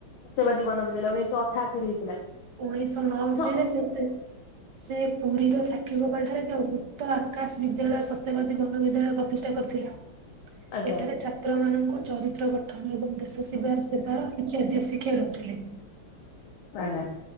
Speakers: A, on the left (about 85°); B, on the right (about 65°).
A: ସତ୍ୟବାଦୀ ବନବିଦ୍ୟାଳୟ ଉଣେଇଶହ ଅଠାଅଶୀରେ ହେଇଥିଲା।
B: ଉଣେଇଶ ନଅ ମସିହାରେ
A: ସ
B: ସେ ସେ ସେ ପୁରୀର ସାକ୍ଷୀଗୋପାଳ ଯାଇକି ଉକ୍ତ ଆକାଶ ବିଦ୍ୟାଳୟ ସତ୍ୟବାଦୀ ବନବିଦ୍ୟାଳୟ ପ୍ରତିଷ୍ଠା କରିଥିଲେ।
A: ଆଜ୍ଞା
B: ଏଠାରେ ଛା ତ୍ର ମାନଙ୍କ ଚରିତ୍ର ଗଠନ ଏବଂ ଦେଶ ସେବା ସେବାର ଶିକ୍ଷା ଦି ଶିକ୍ଷା ଦଉଥିଲେ।
A: ଆଜ୍ଞା।